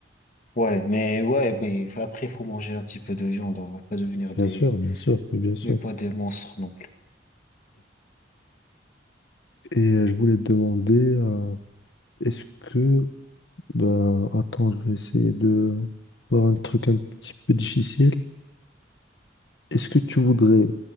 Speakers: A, on the left; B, on the left.
A: Ouais, mais ouais, mais après, il faut manger un petit peu de viande. On va pas devenir
B: Bien
A: des.
B: sûr, bien sûr, oui, bien sûr.
A: Mais pas des monstres non plus.
B: Et euh, je voulais te demander, euh, est-ce que, bah, attends, je vais essayer de voir un truc un petit peu difficile. Est-ce que tu voudrais,